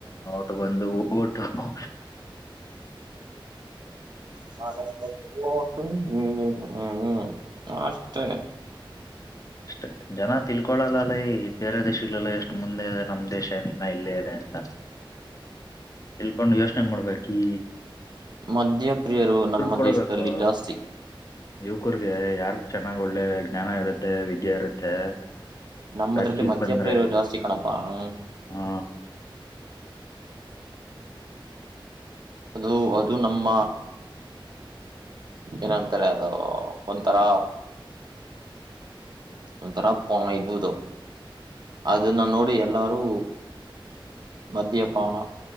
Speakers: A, on the left; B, on the right.
A: ನೋಟಗೊಂದು ಓಟ್ಟ ಹೋ
B: ಮ <unintelligible> ಹ್ಮ ಹ್ಮ್ ಹ್ಮ್ ಅಷ್ಟೇ
A: ಅಷ್ಟೇ ಜನ ತಿಳ್ಕೊಳಲ್ಲಲ್ಲ ಈ ಬೇರೆ ದೇಶಲಲ್ಲ ಎಷ್ಟು ಮುಂದೆ ಇದೆ ನಮ ದೇಶ ಏನ ಇನ್ನ ಇಲ್ಲೇ ಇದೆ ಅಂತ ತಿಲ್ಕೊಂಡು ಯೋಚನೆ ಮಾಡ್ಬೇಕಿ
B: ಮದ್ಯಪ್ರಿಯರು ನಮ್ಮ
A: ಕೊಡಬೇಕು
B: ದೇಶದಲ್ಲಿ ಜಾಸ್ತಿ
A: ಯುವಕರ್ಗೆ ಯಾರ್ ಚೆನ್ನಾಗ್ ಒಳ್ಳೆ ಜ್ಞಾನ ಇರುತ್ತೆ ವಿದ್ಯೆ ಇರುತ್ತೆ
B: ನಮ್ಮದ್ರಲ್ಲಿ
A: ರಾಜಕೀಯಕ್
B: ಮದ್ಯ
A: ಬಂದ್ರೆ
B: ಪ್ರಿಯರ ಜಾಸ್ತಿ ಕಣಪಾ ಹ
A: ಹಾ
B: <unintelligible> ಅದು ಅದು ನಮ್ಮ ಏನಂತಾರೆ ಅದ ಒಂಥರ ಒಂಥರ ಪ ಇದು ಅದನ್ನ ನೋಡಿ ಎಲ್ಲಾರೂ ಮದ್ಯಪಾನ